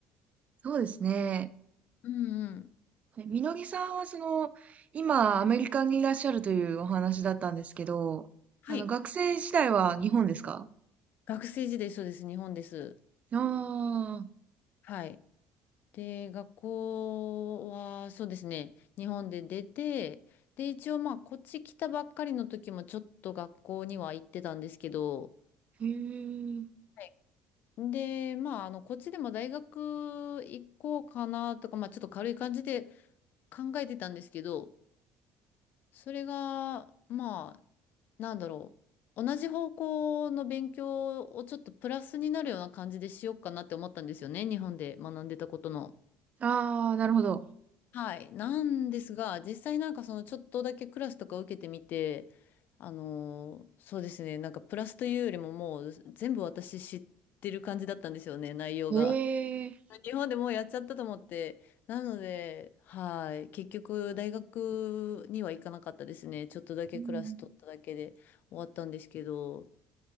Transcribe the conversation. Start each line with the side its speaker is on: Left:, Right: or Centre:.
Right: そうですね。
Left: うんうん。
Right: えみのぎさんはその、今アメリカにいらっしゃるというお話だったんですけど、
Left: はい。
Right: あの、学生時代は日本ですか
Left: 学生時代そうです。日本です。
Right: ああ
Left: はい。で、学校はそうですね。日本で出て、で、一応まあ、こっち来たばっかりの時もちょっと学校には行ってたんですけど、
Right: ー、へえ。
Left: はいで、まあ、あの、こっちでも大学行こうかなとか、まあ、ちょっと軽い感じで考えてたんですけど、それが、まあ、なんだろう。同じ方向の勉強をちょっとプラスになるような感じでしようかなって思ったんですよね。日本で学んでたことの。
Right: ああ、なるほど。
Left: はい。なんですが、実際なんかそのちょっとだけクラスとか受けてみて、あのーそうですね。なんかプラスというよりももう全部私知ってる感じだったんですよね、内容が。
Right: へえ。
Left: 日本でもうやっちゃったと思って、なので、はい、結局大学には行かなかったですね。ちょっとだけクラス取っただけで終わったんですけど、
Right: うん